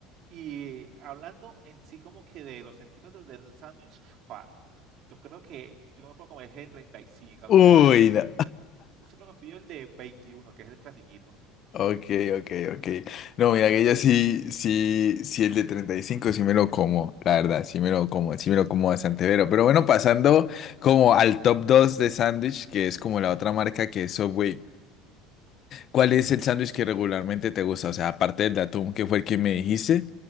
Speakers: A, on the right; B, on the left.
A: Y hablando en sí como que de los centímetros del sándwich, joa, yo creo que yo no me puedo comer ese de treinta y cinco a
B: Uy,
A: mí me da algo.
B: no.
A: Yo siempre me pido el de 21 que es el clasiquito.
B: Ok, ok, ok. No, mira que yo sí, sí, sí el de 35, sí me lo como, la verdad, sí me lo como, sí me lo como bastante pero. Pero bueno, pasando como al top 2 de sándwich, que es como la otra marca que es Subway. ¿Cuál es el sándwich que regularmente te gusta? O sea, aparte del de atún, que fue el que me dijiste,